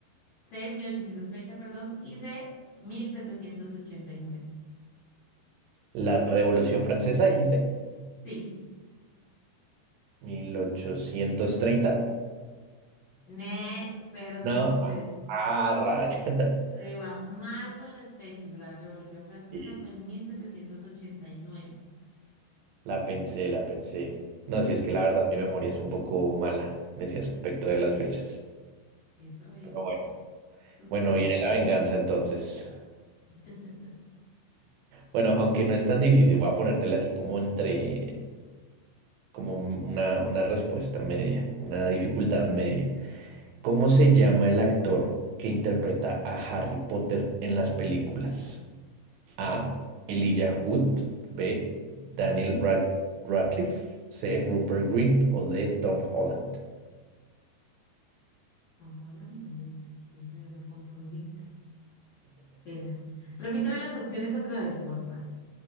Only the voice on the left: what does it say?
C, 1830, perdón, y D, 1789.
Sí,
ne, perdiste.
Te va mal con las fechas. La Revolución Francesa
fue en 1789.
Eso veo.
Tu
turno.
<laughs>
Estamos hablando de... Dios mío, me confundiste. Espera. Repíteme las opciones otra vez, porfa.